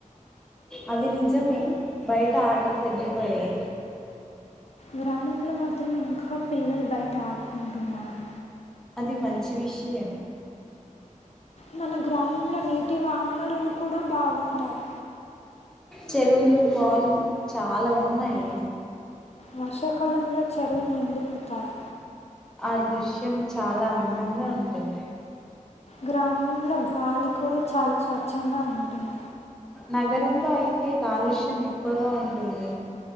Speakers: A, in the centre; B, on the left.
A: అది నిజమే బయట ఆటలు తగ్గిపోయయి
B: గ్రామంలో మాత్రం ఇంకా పిల్లలు బయట ఆడుకుంటున్నారు
A: అది మంచి విషయం
B: మన గ్రామంలో నీటి వానరులు కూడా బాగుంటాయి
A: చెరువులు బావులు చాలా ఉన్నాయి
B: వర్షాకాలంలో చెరువులు నిండిపోతాయి
A: ఆ దృశ్యం చాలా అందంగా ఉంటుంది
B: గ్రామంలో గాలి కూడా చాలా స్వచ్ఛంగా ఉంటుంది
A: నగరంలో అయితే కాలుష్యం ఎక్కువగా ఉంటుంది